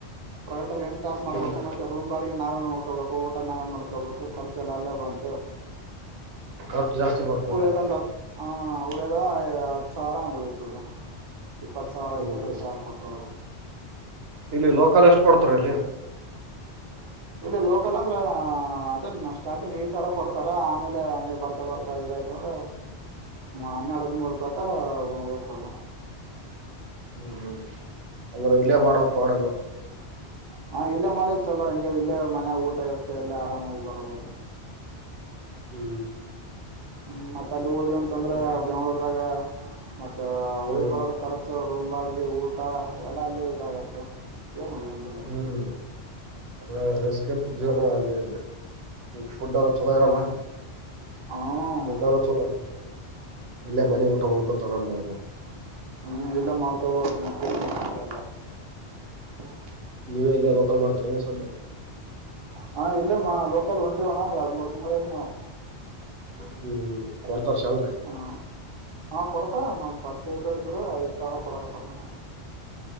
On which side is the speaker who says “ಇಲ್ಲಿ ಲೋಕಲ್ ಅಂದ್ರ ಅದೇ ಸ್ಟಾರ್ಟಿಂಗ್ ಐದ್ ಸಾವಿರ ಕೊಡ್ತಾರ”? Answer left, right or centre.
Right